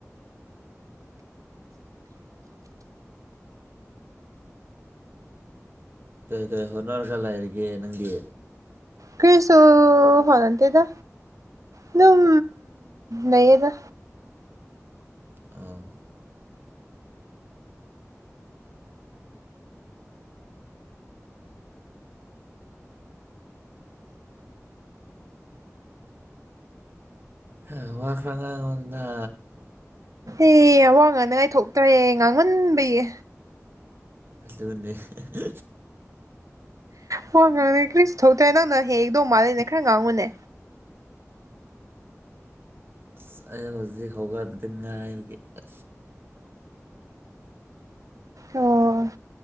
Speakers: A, on the right; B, on the right.
A: ꯀꯩ ꯀꯩ ꯍꯣꯠꯅꯔꯒ ꯂꯩꯔꯤꯒꯦ ꯅꯪꯗꯤ?
B: ꯀꯥꯔꯁꯨ ꯍꯣꯠꯅꯇꯦꯗ ꯑꯗꯨ ꯎꯝ ꯂꯩꯑꯗ꯫
A: ꯑꯣ ꯍ ꯋꯥ ꯈ꯭ꯔ ꯉꯥꯡꯉꯣꯗ
B: ꯑꯦ ꯑꯋꯥ ꯉꯥꯅꯉꯥꯏ <unintelligible> ꯊꯣꯛꯣꯛꯇ꯭ꯔꯦ ꯉꯥꯡꯃꯟꯕꯒꯤ
A: ꯑꯗꯨꯅꯦ ꯑꯍꯥ
B: ꯍꯣꯏ ꯉꯥꯡꯉꯦ ꯀ꯭ꯔꯤꯁꯨ ꯊꯣꯛꯇ꯭ꯔꯦ ꯅꯪꯅ ꯍꯦꯛꯗꯧ ꯃꯥꯜꯂꯅꯦ ꯈꯔ ꯉꯥꯡꯉꯨꯅꯦ
A: ꯑꯁ ꯑꯩ ꯍꯧꯖꯤꯛ ꯍꯧꯒꯠꯂꯄꯗ ꯉꯥꯢꯔꯤ ꯑꯁ
B: ꯑꯣ